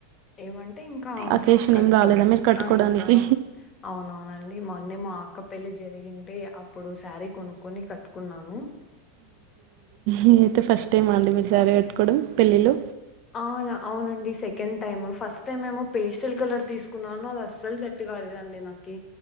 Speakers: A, on the left; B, on the right.
A: ఏమంటే అంటే ఇంకా
B: అకేషన్
A: కట్టుకోలేదు
B: ఏం రాలేదా మీరు కట్టుకోవడానికి
A: ఆ ఇంకా అవును అవున అం అండి మొన్నే మా అక్క పెళ్లిి జరిగింది అప్పుడు శ్యారీ కొనుక్కొని కట్టుకున్నాము
B: మీ అయితే ఫస్ట్ టైం ఆండి మీరు శ్వారి కట్టుకోవడం పెళ్ళిళ్ళు
A: ఆ అవునండి సెకండ్ టైమ్ ఫస్ట్ టైమ్ ఏమో పేస్టల్ కలర్ తీసుకున్నాను అది అస్సలు సెట్ కాలేదండి నాకు